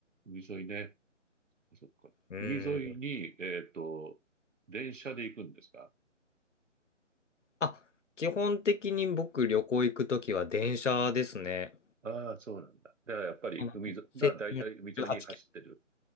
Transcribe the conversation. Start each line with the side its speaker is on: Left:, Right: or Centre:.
Right: 海沿いね。あそっか。
Left: うーん。
Right: 海沿いに、えっと、電車で行くんですか
Left: あ、基本的に僕、旅行行くときは電車ですね。
Right: ああ、そうなんだ。だからやっぱり海沿い、
Left: あの、青春18切符。
Right: だだいたい海沿いに走ってる。